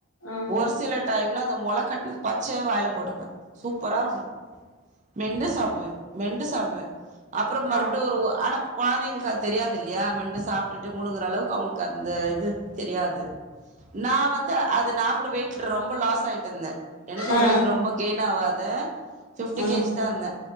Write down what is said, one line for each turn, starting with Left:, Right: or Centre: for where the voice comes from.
Left: ம்
Right: ஒரு சில டைம்ல அந்த மொள கட்டுல் பச்சையா வாயில போடுப்பே சூப்பரா இருக்கு மெண்டு சாப்டுவே மெண்டு சாப்டுவே அப்றோ மறுபடியு
Left: ஆ
Right: ஒரு ஆனா கொழந்தைங்களுக்கு அது தெரியாது இல்லயா மெண்ட்டு சாப்ட்டுட்டு மூழுங்குற அளவுக்கு அவுங்களுக்கு அந்த இது தெரியாது நா வந்து அது நா கூட வெயிட் ரொம்ப லாஸ் ஆயிட் டு இருந்தே எனக்கூட
Left: ஆ
Right: வெயிட் ரொம்ப கெயின் ஆவாது ஃபிஃப்டி
Left: ஆ
Right: கேஜி தா இருந்தே